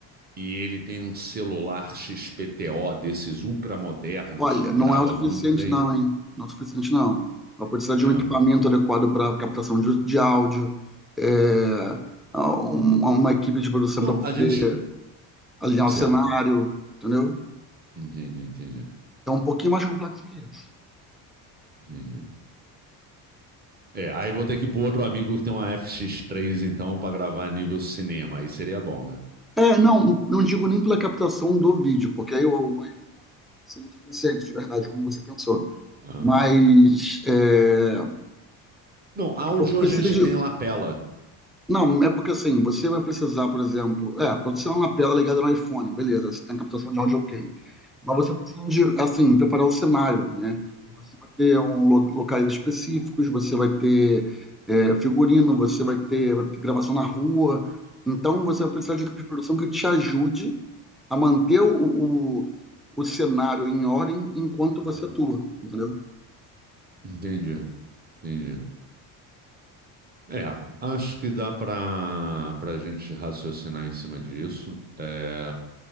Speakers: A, on the right; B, in the centre.
A: e ele tem um celular XPTO desses ultramodernos
B: Olha,
A: que
B: não
A: grava
B: é o suficiente
A: muito bem.
B: não, hein? Não é o suficiente não. Vai precisar de
A: É.
B: um equipamento adequado para captação de, de áudio, é, a- um- uma equipe de produção
A: Não,
B: para poder
A: a gente.
B: alinhar
A: Certo.
B: o cenário, entendeu?
A: Entendi, entendi.
B: É um pouquinho mais complexo que isso.
A: Entendi. É, aí vou ter que ir pro outro amigo que tem uma FX3, então, pra gravar nível cinema. Aí seria bom, né?
B: É, não, não digo nem pela captação do vídeo, porque aí o, o iPhone seria o suficiente, de verdade, como você pensou.
A: Aham.
B: Mas é,
A: Não, áudio
B: você precisa
A: a gente
B: de,
A: tem lapela.
B: Não, é porque assim, você vai precisar, por exemplo, é, pode ser uma lapela ligada no iPhone, beleza, você tem captação de áudio ok. Mas você precisa de, assim, preparar o cenário, né? Você vai ter um lo- locais específicos, você vai ter é, figurino, você vai ter, vai ter gravação na rua. Então, você vai precisar de equipe de produção que te ajude a manter o, o, o cenário em ordem enquanto você atua, entendeu?
A: Entendi, entendi. É, acho que dá para para a gente raciocinar em cima disso. É,